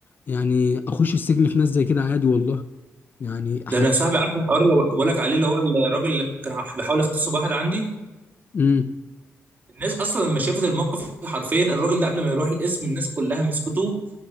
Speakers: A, on the left; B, on the right.
A: يعني اخش السجن في ناس زي كده عادي والله يعني حت...
B: ده انا صاحبي عارف الحوار اللي بقول لك عليه اللي هو الراجل اللي كان بيحاول يغتصب واحد عندي
A: امم
B: الناس اصلا لما شافت الموقف حرفيا الراجل ده قبل ما يروح القسم الناس كلها مسكته